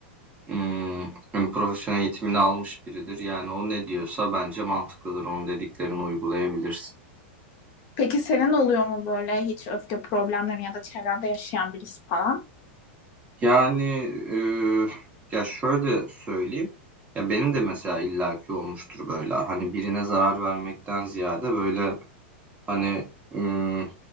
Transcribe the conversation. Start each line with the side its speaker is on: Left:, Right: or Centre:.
Right: ımm, hani, profesyonel eğitimini almış biridir. Yani, o ne diyorsa bence mantıklıdır. Onun dediklerini uygulayabilirsin.
Left: Peki senin oluyor mu böyle hiç öfke problemleri ya da çevrende yaşayan birisi falan?
Right: Yani, eee, ya, şöyle söyleyeyim, ya, benim de mesela illaki olmuştur böyle, hani, birine zarar vermekten ziyade, böyle, Hani ım,